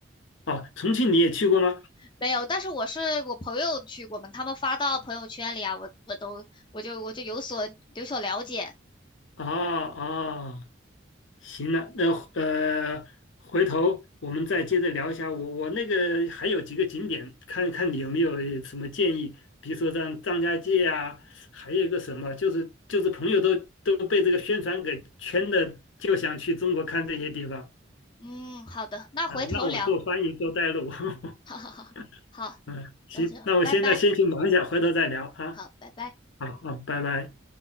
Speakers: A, on the left; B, on the left.
A: 哦，重庆你也去过吗？
B: 没有，但是我是我朋友去过嘛，他们发到朋友圈里啊，我我都我就我就有所有所了解。
A: 啊啊，行了，那呃，回头我们再接着聊一下。我我那个还有几个景点，看看你有没有什么建议，比如说像张家界啊，还有一个什么，就是就是朋友都都被这个宣传给圈的，就想去中国看这些地方
B: 嗯，好的，那回头聊，
A: 啊，让我做翻译做带路。<laughs>
B: <laughs> 哈哈哈，好，
A: 嗯，行，
B: 那就拜拜。
A: 那我现在先去忙一下，回头再聊啊。
B: 好，拜拜。
A: 好好，拜拜。